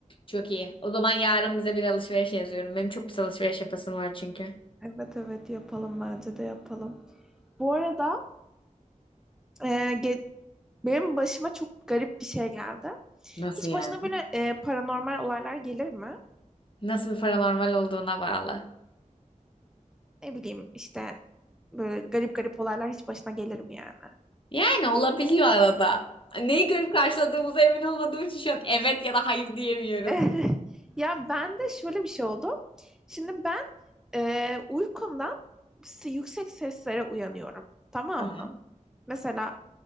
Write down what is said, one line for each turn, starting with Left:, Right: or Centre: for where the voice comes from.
Left: Çok iyi. O zaman yarın bize bir alışveriş yazıyorum. Benim çok pis alışveriş yapasım var çünkü.
Centre: Evet evet yapalım bence de yapalım. Bu arada eee, ge- benim başıma çok garip bir şey geldi.
Left: Nasıl
Centre: Hiç
Left: yani?
Centre: başına böyle eee, paranormal olaylar gelir mi?
Left: Nasıl bir paranormal olduğuna bağlı.
Centre: Ne bileyim işte böyle garip garip olaylar hiç başına gelir mi yani?
Left: Yani olabiliyor arada. Neyi görüp karşıladığımıza emin olmadığım için şu an evet ya da hayır diyemiyorum.
Centre: <laughs> Ya ben de şöyle bir şey oldu. Şimdi ben e, uykumdan s- yüksek seslere uyanıyorum. Tamam
Left: Tamam.
Centre: mı? Mesela